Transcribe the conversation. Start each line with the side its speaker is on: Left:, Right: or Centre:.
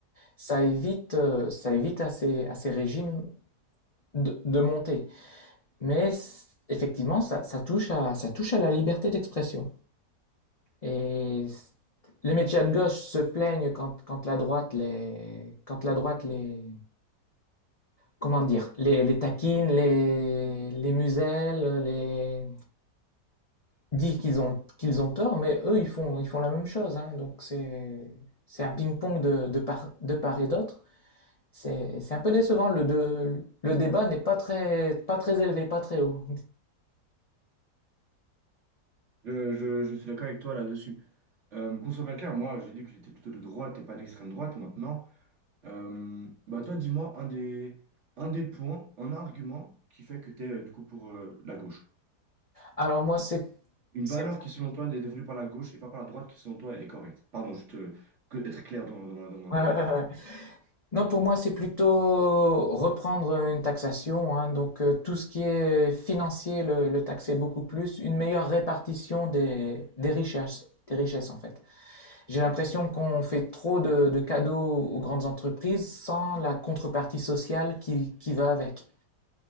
Left: ça évite, euh, ça évite à ces, à ces régimes de, de monter. Mais effectivement, ça, ça touche à, ça touche à la liberté d'expression. Et les médias de gauche se plaignent quand, quand la droite les, quand la droite les, comment dire, les, les taquine, les, les muselle, les, dit qu'ils ont, qu'ils ont tort, mais eux, ils font, ils font la même chose, hein. Donc c'est, c'est un ping-pong de, de part, de part et d'autre. C'est, c'est un peu décevant. Le, de- le débat n'est pas très, pas très élevé, pas très haut.
Right: Je, je- je suis d'accord avec toi là-dessus. Euh, qu'on soit bien clair, moi j'ai dit que j'étais plutôt de droite et pas d'extrême droite maintenant. Euh, bah toi dis-moi un des, un des points, un argument qui fait que tu es du coup pour euh, la gauche.
Left: Alors moi, c'est,
Right: Une
Left: c'est,
Right: valeur qui selon toi est dévolue par la gauche et pas par la droite qui selon toi est correcte. Pardon, juste euh, que, être clair dans, dans ma dans ma-
Left: ouais,
Right: dans
Left: ouais,
Right: ma
Left: ouais,
Right: phrase.
Left: ouais. Non, pour moi, c'est plutôt reprendre une taxation, hein. donc euh, tout ce qui est financier, le, le taxer beaucoup plus, une meilleure répartition des, des richesses, des richesses en fait. J'ai l'impression qu'on fait trop de, de cadeaux aux grandes entreprises sans la contrepartie sociale qui, qui va avec.